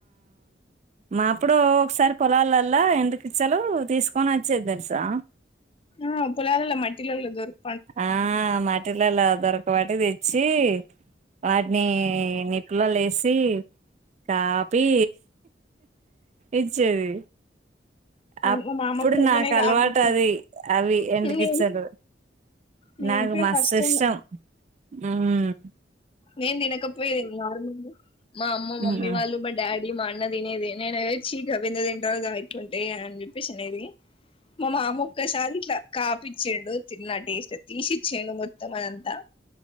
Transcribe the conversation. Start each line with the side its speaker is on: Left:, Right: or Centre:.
Right: మాప్పుడు ఒకసారి పొలాలల్లా ఎండ్రికిచ్చలు తీసుకొనచ్ చ్చిర్ తెల్సా
Left: ఆ పొలాలల్ల మట్టిలల్ల దొరుక్
Right: ఆ మాటిర్లల దొరక ఒక వాటి తెచ్చి వాటిని నిప్పులో లేసి కాపి ఇచ్చేది అప్పుడు
Left: మా మామ కూడా అట్లనే
Right: నాకు అలవాటది
Left: కాపిచ్చింది
Right: అవి ఎండుకిచ్చలు
Left: నేను నేను
Right: నాకు
Left: కూడా
Right: మస్తు
Left: ఫస్ట్ టైం
Right: ఇష్టం. మ్మ్
Left: నేను తినకపోయే నార్మల్ మా అమ్మ మమ్మీ
Right: ఉహు
Left: వాళ్ళు మా డాడీ మా అన్న తినేది నేను అదే చీక అ విందదిండగాయిట్ ఉంటయి అని చెప్పిసి అన్నేది మా మమ్మ ఒకసారి ఇట్లా కాపిచ్చాండు తిన్న టేస్ట్ తీసిచ్చేండు మొత్తం అదంతా